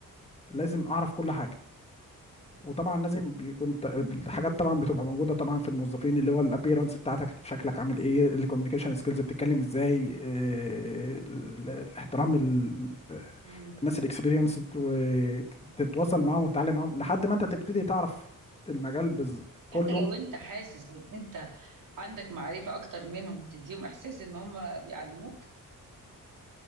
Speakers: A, on the left; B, on the right.
A: لازم اعرف كل حاجه وطبعا
B: مم.
A: لازم بيكون ت- الحاجات طبعا بتبقى موجوده طبعا في الموظفين اللي هو الابيرنس بتاعتك شكلك عامل ايه الكوميونيكيشن سكيلز بتتكلم ازاي آه، ال- الاحترام ال-
B: مم.
A: الناس الاكسبيرينس وتتواصل معاهم وتتعلم معاهم لحد ما انت تبتدي تعرف المجال بز- كله
B: حتى لو انت حاسس ان انت عندك معرفة اكتر منهم هتديهم احساس ان هم بيعلموك